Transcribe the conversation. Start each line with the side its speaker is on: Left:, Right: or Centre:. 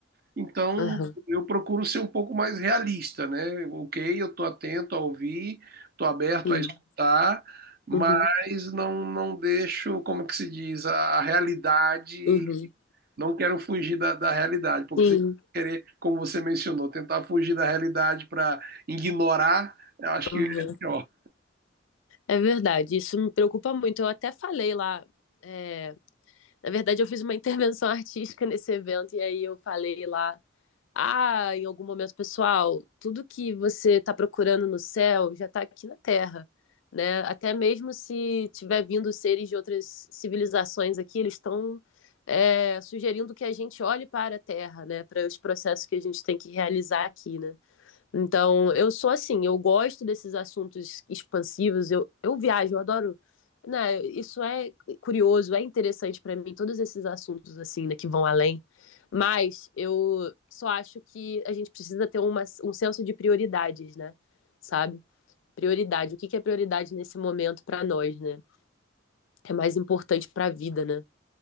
Right: Então,
Left: aham,
Right: eu procuro ser um pouco mais realista, né? Ok, eu estou atento a ouvir, estou aberto
Left: sim,
Right: a escutar, mas
Left: uhum,
Right: não, não deixo, como que se diz, a, a realidade,
Left: uhum,
Right: não quero fugir da, da realidade, porque
Left: sim,
Right: se querer, como você mencionou, tentar fugir da realidade para ignorar, eu acho
Left: aham.
Right: que é pior.
Left: É verdade, isso me preocupa muito. Eu até falei lá, é, na verdade, eu fiz uma intervenção <laughs> artística nesse evento, e aí eu falei lá, ah, em algum momento, pessoal, tudo que você está procurando no céu já está aqui na Terra, né? Até mesmo se tiver vindo seres de outras civilizações aqui, eles estão. é, sugerindo que a gente olhe para a Terra, né, para os processos que a gente tem que realizar aqui, né? Então, eu sou assim, eu gosto desses assuntos expansivos, eu, eu viajo, eu adoro, né? Isso é curioso, é interessante para mim, todos esses assuntos assim, né, que vão além. Mas eu só acho que a gente precisa ter uma, um senso de prioridades, né? Sabe? Prioridade, o que que é prioridade nesse momento para nós, né? É mais importante para a vida, né?